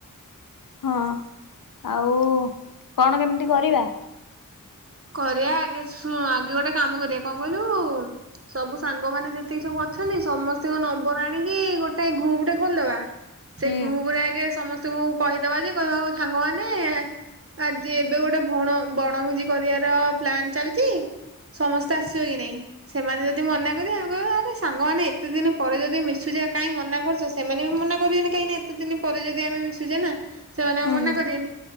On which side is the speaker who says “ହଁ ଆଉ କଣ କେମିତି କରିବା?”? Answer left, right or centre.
Left